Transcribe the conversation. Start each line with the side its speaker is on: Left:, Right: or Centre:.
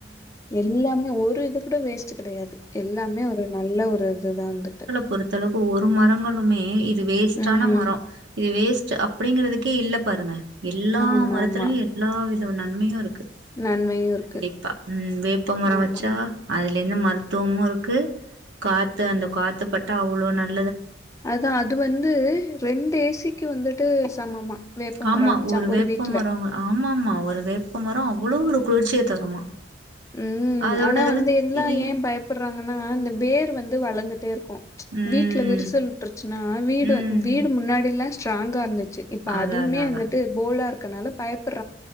Left: எல்லாமே ஒரு இதுக் கூட வேஸ்ட் கெடையாது எல்லாமே ஒரு நல்ல ஒரு இதுதா வந்துட்டு
Right: பொருத்தளவுக்கு ஒரு மரங்களுமே இது வேஸ்டான
Left: ம்
Right: மரம் இது வேஸ்ட் அப்பிடிங்கிறதுக்கே இல்ல பாருங்க எல்லா
Left: ஆமா
Right: மரத்துலயு
Left: ஆமா
Right: எல்லா வித ஒரு நன்மையு இருக்கு
Left: நன்மையும் இருக்கு
Right: கண்டிப்பா உம் வேப்ப மரம்
Left: ஆமா
Right: வெச்சா அதுலேருந்து மருத்து துவமு இருக்கு காத்து அந்த காத்து பட்டா அவ்ளோ நல்ல
Left: அதான் அது வந்து ரெண்டு ஏசிக்கு வந்துட்டு சமமா வேப்பமரம்
Right: ஆமா
Left: வச்சான்
Right: ஒரு வேப்பமரம்
Left: வீட்ல
Right: ஆமா ஆமா ஒரு வேப்ப மரம் அவ்ளோ ஒரு குளிர்ச்சிய தருமா
Left: உம்
Right: அதோட
Left: ஆனா
Right: இதெல்லா
Left: வந்து எல்லா
Right: தெரியு
Left: ஏ பயப்படுறாங்கன்னா இந்த வேர் வந்து வளர்ந்துட்டே இருக்கு
Right: ம்
Left: வீட்ல விரிசல் விட்டுருச்சுன்னா வீடு
Right: ம்
Left: வீடு முன்னாடில்லா ஸ்ராங்கா இருந்து இப்ப
Right: அதா
Left: அதுவுமே
Right: அதா அதா
Left: வந்துட்டு போலா இரு கன்னால பயப்பற